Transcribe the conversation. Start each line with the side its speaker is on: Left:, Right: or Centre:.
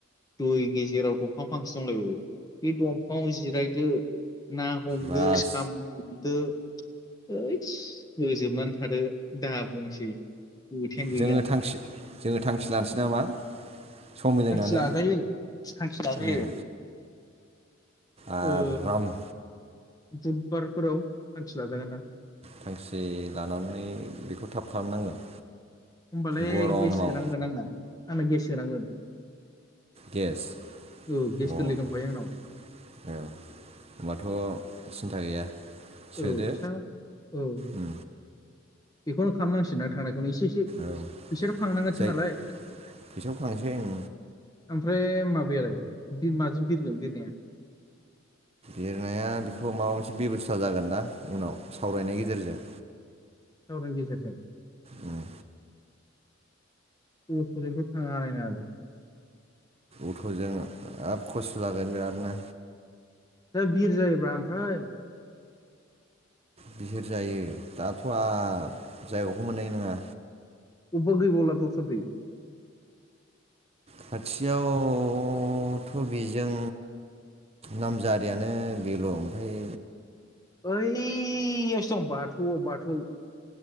Left: दै गेजेराव दंफां फांसे दंलायबो बे दंफांआव जिरायदो ना हम।
Right: बास
Left: <unintelligible> साम हमदो। ओइदस गोजोमनानै थादो। दा बुंसै खोथायानो गैला
Right: जोङो थांखि जोङो थांखि लानोसै नामा? सम मिलायनानै
Left: थांखि लाजायो थांखि लाजायो।
Right: उम आराम।
Left: ओ बुधबारफोराव। थांखि लाजागोनदां
Right: थांखि लानानै बेखौ थाब। खालामनांगोन।
Left: होमबालाय
Right: गरमाव
Left: गेस सोनांगोन आंना। आंना गेस सोनांगोन।
Right: गेस
Left: औ गेस
Right: अ औ
Left: गोरलै दंखायो आंनाव
Right: होमबाथ सिन्था गैया। सोदो
Left: औ फिसा औ।
Right: उम
Left: बेखौनो खालामनांसिगोन आं थांनायखौ मि। फैस'
Right: औ
Left: फैसाथ खांनांगोनसो
Right: जाय
Left: नालाय।
Right: फैसाखौ खांसै उम
Left: ओमफ्राय माबायालाय बि माजों बिरगोन बिरनाया?
Right: लिरनाया बेखौ माबा मोनसे बेब'स्था जागोन दा उनाव सावरायनायनि गेजेरजों।
Left: सावराय गेजेरजों।
Right: उम
Left: अट'जोंथ' थाङानो हानाय नङा लोय।
Right: अट'जों हाब खस्थ' जागोन बिरादनो।
Left: दा बिर जायोब्रा ओमफ्राय।
Right: बिहिर जायो दाथ' आ जायगाखौनो मोननाय नङा।
Left: उबा गैबावला दस्रा दै।
Right: खाथियावथ' बेजों नामजारियानो बेल' ओमफाय।
Left: बै एस दं बाथौआव बाथौ।